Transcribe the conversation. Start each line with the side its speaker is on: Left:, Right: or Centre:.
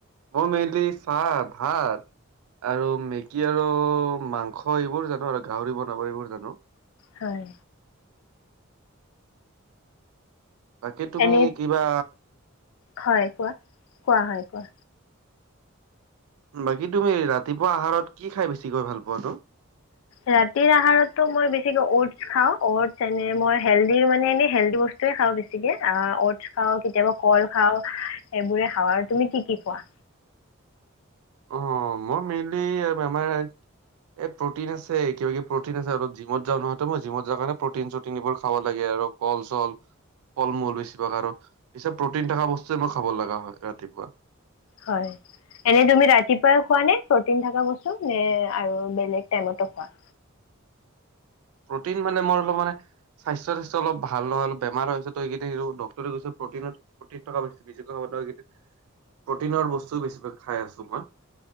Right: মই মেইনলি চাহ, ভাত আৰু মেগী আৰু মাংস এইবোৰ জানো আৰু গাহৰি বনাব এইবোৰ জানো।
Left: হয়।
Right: বাকী তুমি
Left: এনে
Right: কিবা
Left: হয় কোৱা, কোৱা হয় কোৱা।
Right: বাকী তুমি ৰাতিপুৱা আহাৰত কি খাই বেছিকৈ ভাল পোৱানো?
Left: ৰাতিৰ আহাৰতো মই বেছিকে অট্ছ খাও, অট্ছ এনে মই হেল্ডিৰ মানে এনে হেল্ডদি বস্ তোয়ে খাওঁ বেছিকে। অ' অট্ছ খাওঁ, কেতিয়াবা কল খাও এইবোৰে খাওঁ আৰু তুমি কি কি খোৱা?
Right: অ, মই মেইনলি অ আমাৰ এ প্ৰটিন আছে কিবা কিবি প্ৰটিন আছে আৰু জিমত যাওঁ নহয়! ত' মই জিমত যাওঁ কাৰণে প্ৰটিন-চটিন এইবোৰ খাব লাগে আৰু কল-চল ফল মূল বেছিভাগ আৰু পিছে প্ৰটিন থকা বস্তুয়ে মই খাব লগা হয় ৰাতিপুৱা।
Left: হয়। এনে তুমি ৰাতিপুৱাই খুৱা নে প্ৰটিন থকা বস্তু নে আৰু বেলেগ টাইম তো খোৱা?
Right: প্ৰটিন মানে মোৰ অলপ মানে স্বাস্থ্য- তাস্থ্য অলপ ভাল নহয় অলপ বেমাৰ হয় আছে। ত' এইকেইদিন ডক্টৰে কইছে প্ৰটিনৰ প্ৰটিন থকা <unintelligible> বেছিকৈ <unintelligible> প্ৰটিনৰ বস্তু বেছি ভাগ খাই আছো মই।